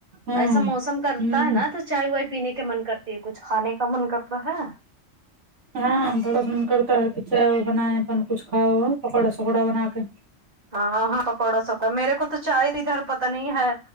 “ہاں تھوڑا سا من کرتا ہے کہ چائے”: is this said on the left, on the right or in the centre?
Right